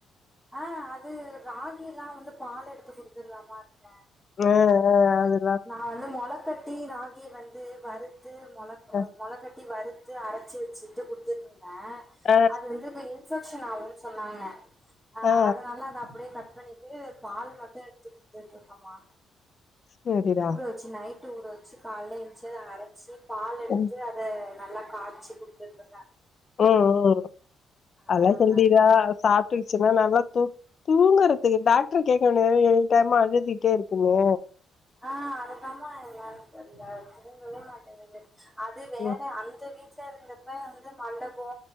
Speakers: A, in the centre; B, on the left.
A: ஆ அது ராகில்லா வந்து பால் எடுத்து குடுத்துட்டுதாம்மா இருக்க
B: ஆ ஆ அது
A: நா வந்து மொள கட்டி ரா கி வந்து வறுத்து மொள
B: அ
A: மொளகட்டி வறுத்து அரச்சி வெச்சுட்டு குடுத்துட்டு ந்தே
B: அ
A: அது வந்து இப்ப இன்பெக்ஷன் ஆகுன்னு சொன்னாங்க ஆ
B: அ
A: அதனால அத அப்டியே கட் பண் இது பால் மட்டு எடுத்து குடுத்துட்டு இருக்கம்மா
B: சேரி டா
A: ச்சி நைட்டு ஊர வச்சு கால்ல என்ச்சி அத அரச்சி பால் எடுத்து
B: ம்
A: அத நல்லா காய்ச்சு குடுத்துட்ருக்க
B: ம் ம்
A: ஆ
B: அதுல்லா ஹெல்திதா சாப் தூங்சின்னா நல்லா து தூங்கறதுக்கு டாக்ட்ரு கேக்க வேண்டியது தான எனி டைமு அழுதிட்டே இருக்குன்னு
A: அ அதத்தாமா என்னான் தெர்ல தூங்கவே மாட்டேங்குது அது வேற
B: ம்
A: அந்த வீட் சேர் இருந்தப்ப வந்து மண்டபோ